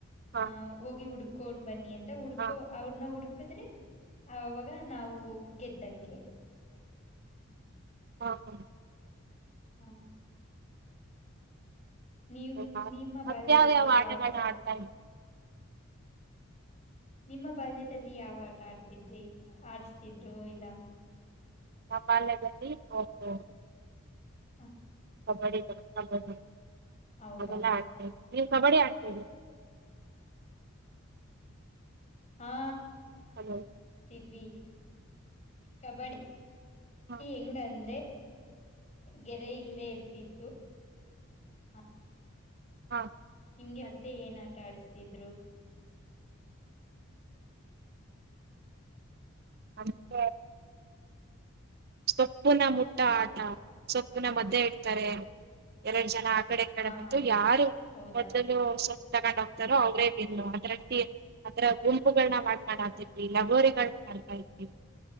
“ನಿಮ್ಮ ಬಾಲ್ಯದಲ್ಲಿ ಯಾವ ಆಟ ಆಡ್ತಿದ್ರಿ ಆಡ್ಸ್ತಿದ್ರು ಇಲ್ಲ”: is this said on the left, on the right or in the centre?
Left